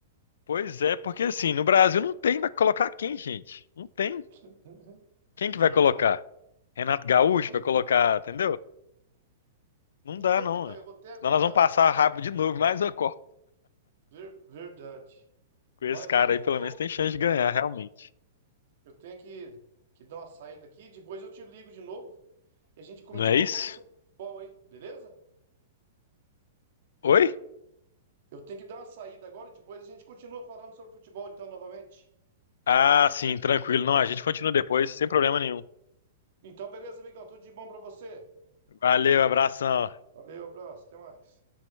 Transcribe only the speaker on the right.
<laughs>
Verdade.
Ami-
Então,
amigão,
eu vou ter agora.
Ver- Verdade.
Mas
eu
vou.
Eu tenho que... que dar uma saída aqui. Depois eu te ligo de novo e a gente continua
falando sobre futebol aí, beleza?
Eu tenho que dar uma saída agora e depois a gente continua falando sobre futebol, então, novamente.
Então, beleza, amigão? Tudo de bom pra você.
Valeu, abraço, até mais.